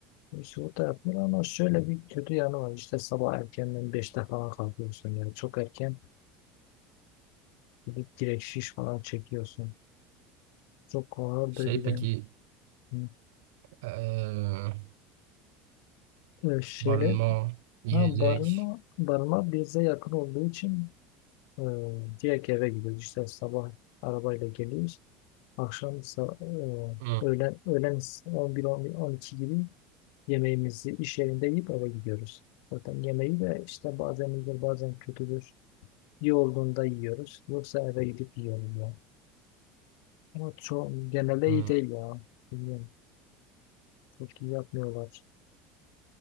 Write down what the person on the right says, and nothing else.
Şey
peki
eee,
barınma, yiyecek.
Hı.
Hı.